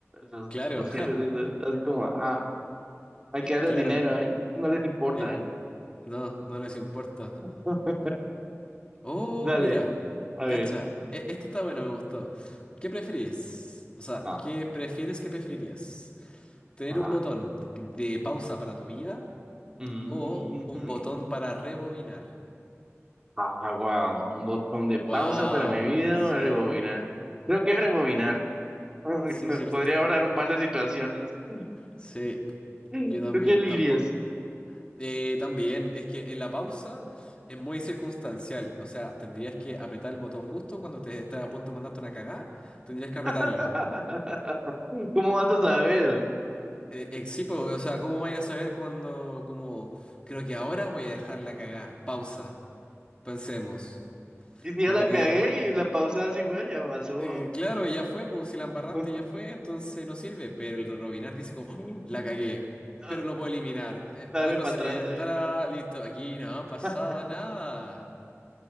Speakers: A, on the right; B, on the left.
A: los,
B: Claro.
A: los jefes, de- de- así como, ah, Hay que darles
B: <laughs> Claro.
A: dinero, ¿eh? No les importa,
B: eh,
A: ¿eh?
B: no, no les importa.
A: <laughs>
B: Oh,
A: Dale,
B: mira,
A: a ver.
B: cacha, e- este está bueno, me gustó. ¿Qué preferís? O sea,
A: Ajá,
B: ¿qué prefieres ¿Qué preferirías? ¿Tener
A: ajá.
B: un botón de pausa para tu vida
A: Mhm.
B: o un botón para rebobinar?
A: Ah, wow. Un botón de pausa
B: Wow,
A: para mi vida
B: sí,
A: o rebobinar. Creo que es rebobinar. <laughs>
B: sí,
A: Me
B: cierto.
A: podría ahorrar un par de situaciones. <laughs>
B: Sí,
A: ¿Tú
B: yo también,
A: qué elegirías?
B: tampoco. eh, también, es que en la pausa es muy circunstancial. O sea, tendrías que apretar el botón justo cuando te estás a punto de mandarte una cagada, tendrías que apretarlo.
A: <laughs> ¿Cómo vas a saber?
B: Eh, eh, sí, pues, o sea, ¿cómo vaya a saber cuando, como, creo que ahora voy a dejar la cagada? Pausa, pensemos.
A: Y si
B: Como
A: ya la cagué
B: que,
A: y la pausas igual, ya pasó.
B: eh, claro, ya fue, pues si la embarraste
A: <laughs>
B: ya fue, entonces no sirve. Pero el rebobinar dice como, "Oh, la cagué,
A: Ah,
B: pero lo puedo eliminar. eh,
A: Dale
B: retroceder,
A: para atrás ahí.
B: estará listo. Aquí no ha pasado
A: <laughs>
B: nada.